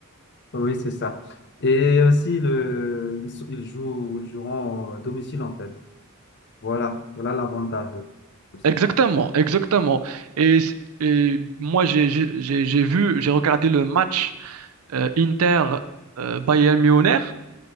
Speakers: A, on the left (about 55°); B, on the right (about 80°).
A: Oui, c'est ça. Et aussi, le, ils, sont- ils jouent, ils joueront à domicile, en fait. Voilà, voilà l'avantage aussi.
B: Exactement, exactement. Et, et moi, j'ai j'ai- j'ai- j'ai vu, j'ai regardé le match euh, Inter euh, Bayern Munich.